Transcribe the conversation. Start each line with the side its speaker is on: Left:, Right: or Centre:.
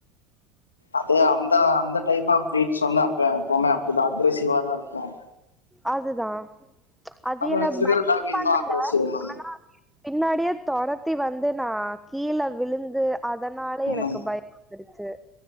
Left: அதே அந்தா அந்த டைப் ஆஃப் வே சொன்னா அப்பே எப்பவுமே அப்படிதான் அக்ரேசிவா தான் இருக்கும்
Centre: அதுதான் அது என்ன
Left: வச்சிருக்கிற
Centre: பைட்
Left: டாக் இன்னு
Centre: பண்ல
Left: அக்ரெசிவ் மேம்
Centre: ஆனா பின்னாடியே துர த்தி வந்து நான் கீழ விழுந்து அதனால எனக்கு
Left: ம்
Centre: பயொ வந்துருச்சு